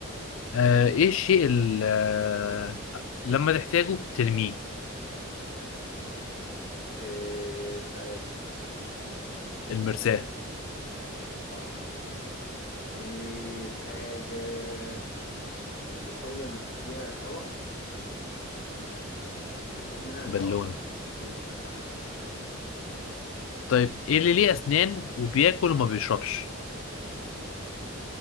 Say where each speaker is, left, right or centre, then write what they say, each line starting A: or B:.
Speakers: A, on the left; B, on the left.
A: آه ايه الشيء اللي آه لما تحتاجه ترميه
B: ايه مش عارف
A: المرساة
B: صح ايه الحاجة اللي كل ما تديها هوا تطير تاخد منها الهوا
A: بالونة
B: تنزل صح
A: طيب ايه اللي ليه اسنان وبياكل وما بيشربش